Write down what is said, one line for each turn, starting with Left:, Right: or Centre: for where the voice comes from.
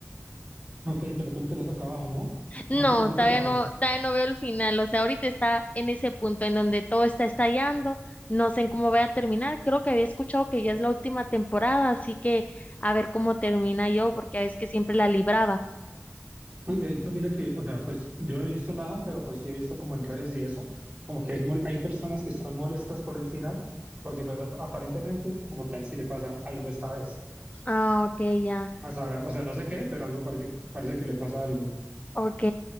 Right: Ok, pero tú no te las has acabado, ¿no? ¿Cómo
Left: No,
Right: qué capítulo
Left: todavía
Right: vas?
Left: no, todavía no veo el final. O sea, ahorita está en ese punto en donde todo está estallando. No sé en cómo va a terminar. Creo que había escuchado que ya es la última temporada, así que a ver cómo termina yo, porque es que siempre la libraba.
Right: Y de hecho, mira que, o sea, pues yo no he visto nada, pero pues sí he visto como en redes y eso, como que hay, mol- hay personas que están molestas por el final, porque pues ap- aparentemente como que a él sí le pasa algo esta vez.
Left: Ah, ok, ya,
Right: O sea, o sea, no sé qué, pero algo parece, parece que le pasa algo.
Left: ok.